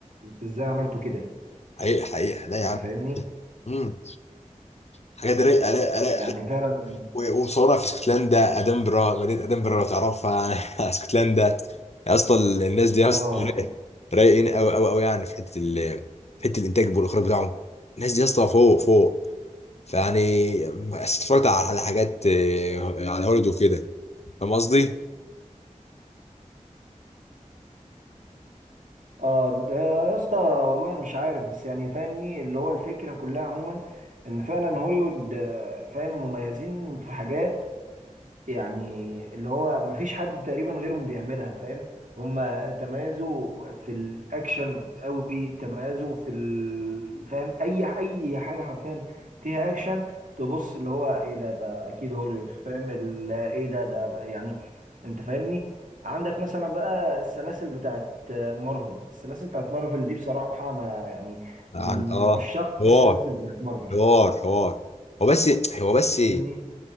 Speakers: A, on the right; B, on the left.
A: إزاي عملتوا كده
B: حقيقة حقيقة لا يا
A: أنت
B: عم
A: فاهمني
B: مم. حاجات رايقة رايقة رايقة
A: يعني فعلا
B: ومصورها في اسكتلندا ادنبرا مدينه ادنبرا لو تعرفها <laughs> اسكتلندا يا اسطى الناس دي يا
A: آه
B: اسطى <laughs> رايق- رايقين قوي قوي قوي يعني في حته ال... في حته الانتاج والاخراج بتاعهم الناس دي يا اسطى فوق فوق فيعني بس اتفرجت على على حاجات آه، على هوليوود وكده فاهم قصدي؟
A: آه ده يا اسطى والله مش عارف بس يعني فاهمني اللي هو الفكرة كلها عموما إن فعلا هوليوود آه، فاهم مميزين في حاجات يعني اللي هو مفيش حد تقريبا غيرهم بيعملها فاهم هما تميزوا في الاكشن قوي تميزوا في ال... فاهم اي اي حاجه حرفيا فيها اكشن تبص اللي هو ايه ده ده اكيد هوليوود فاهم ال... ايه ده ده يعني انت فاهمني عندك مثلا بقى السلاسل بتاعت مارفل السلاسل بتاعت مارفل دي بصراحه انا يعني
B: عن
A: من
B: اه
A: عشاق
B: حوار
A: السلاسل بتاعت مارفل
B: حوار حوار هو بس هو بس
A: فاهمني
B: لما